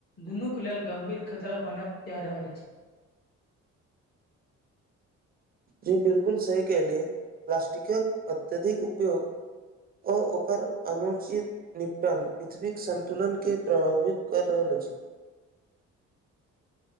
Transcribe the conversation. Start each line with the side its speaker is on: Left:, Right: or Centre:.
Left: दुनू के लेल गम्भीर खतरा बनल जा रहल अछि।
Right: जी बिल्कुल सही कलियै प्लास्टिकक अत्यधिक उपयोग ओ ओकर अनुचित निपटान पृथ्वीक सन्तुलनके प्रभावित करऽ रहल अछि।